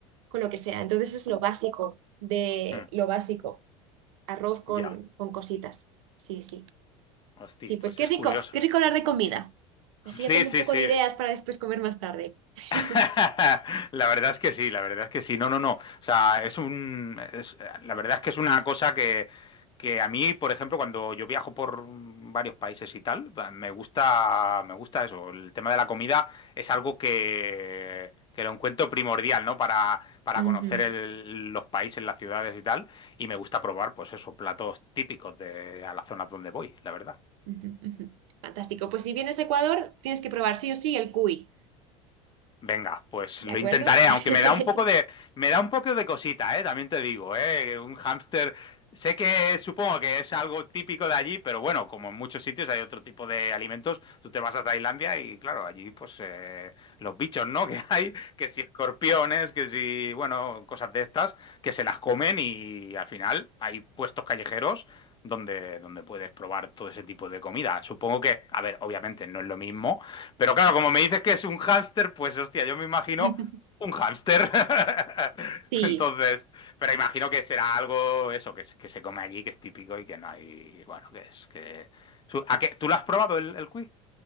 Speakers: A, on the right (about 70°); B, on the left (about 25°).
A: con lo que sea. Entonces es lo básico de
B: Hmm,
A: lo básico, arroz con,
B: ya,
A: con cositas. Sí, sí.
B: hostia,
A: Sí, pues
B: pues
A: qué
B: es
A: rico,
B: curioso,
A: qué rico
B: ¿eh?
A: hablar de comida.
B: <laughs>
A: Así
B: Sí,
A: ya tengo
B: sí,
A: un poco
B: sí.
A: de ideas para después comer más tarde.
B: <laughs>
A: <laughs>
B: La verdad es que sí, la verdad es que sí. No, no, no. O sea, es un. es- la verdad es que es una cosa que, que a mí, por ejemplo, cuando yo viajo por varios países y tal, me gusta, me gusta eso. El tema de la comida es algo que, que lo encuentro primordial, ¿no? Para, para
A: Ujú,
B: conocer el- los países, las ciudades y tal. Y me gusta probar, pues eso, platos típicos de a las zonas donde voy, la verdad.
A: ujú, ujú. Fantástico. Pues si vienes a Ecuador, tienes que probar sí o sí el cuy,
B: Venga, pues
A: ¿de
B: lo
A: acuerdo?
B: intentaré,
A: <laughs>
B: aunque me da un poco de, me da un poco de cosita, ¿eh? También te digo, ¿eh? Un hámster, sé que supongo que es algo típico de allí, pero bueno, como en muchos sitios hay otro tipo de alimentos, tú te vas a Tailandia y claro, allí pues eh, los bichos, ¿no? <laughs> Que hay, que si escorpiones, que si, bueno, cosas de estas, que se las comen y al final hay puestos callejeros donde, donde puedes probar todo ese tipo de comida. Supongo que, a ver, obviamente no es lo mismo pero claro, como me dices que es un hámster, pues hostia, yo me imagino
A: Mm.
B: un hámster. <laughs>
A: Sí.
B: Entonces, pero imagino que será algo eso, que, es- que se come allí, que es típico y que no hay, bueno, que es que... su- ¿A qué? ¿Tú lo has probado el, el cuy?